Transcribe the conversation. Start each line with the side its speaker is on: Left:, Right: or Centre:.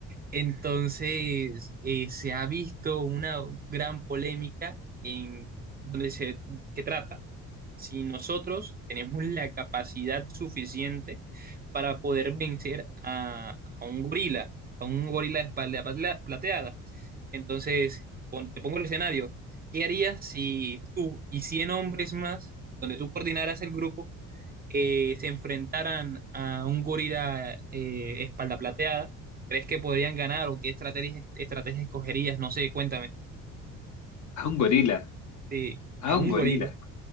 Right: Entonces, eh, se ha visto una gran polémica en donde se, se trata si nosotros tenemos la capacidad suficiente para poder vencer a, a un gorila, a un gorila de espalda patla- plateada. Entonces, pon- te pongo el escenario. ¿Qué harías si tú y 100 hombres más, donde tú coordinaras el grupo, eh, se enfrentaran a un gorila eh, espalda plateada, ¿crees que podrían ganar o qué estrategia, estrategia escogerías? No sé, cuéntame.
Left: A un gorila.
Right: Sí, a
Left: A
Right: un
Left: un gorila.
Right: gorila.